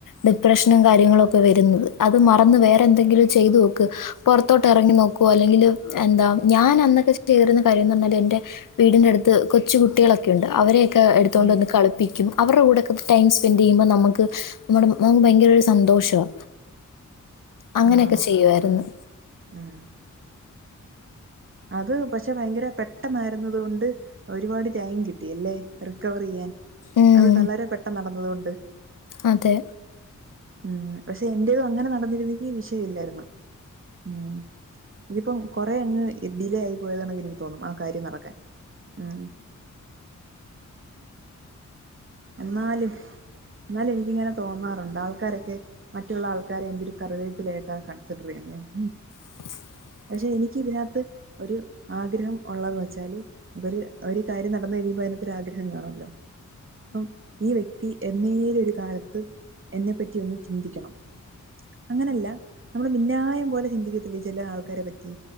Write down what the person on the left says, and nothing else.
ഡിപ്രഷനും കാര്യങ്ങളൊക്കെ വെര്ന്നത് അത് മറന്ന് വേറെ എന്തെങ്കിലും ചെയ്ത് നോക്ക് പൊറത്തോട്ട് എറെങ്ങി നോക്കാേ അല്ലെങ്കില് എന്താ ഞാൻ അന്നൊക്കെ <unintelligible> യ്തിര്ന്ന കാര്യംന്ന് പർഞ്ഞാല് എന്റെ വീടിന്റട്ത്ത് കൊച്ചു കുട്ടികളൊക്കെയുണ്ട് അവരെയെക്കെ എട്ത്താേണ്ട്
വന്ന് കളിപ്പിക്കും അവരുടെ കൂടൊക്ക ടൈം സ്പെൻഡ് ചെയ്യുമ്പോൾ നമുക്ക് നമ്മുടെ നമുക്ക് ഭയങ്കര ഒരു സന്തോഷവാ അങ്ങനെയൊക്കെ
ചെയ്യുവായിരുന്നു
ഉം.
അതെ
<unintelligible>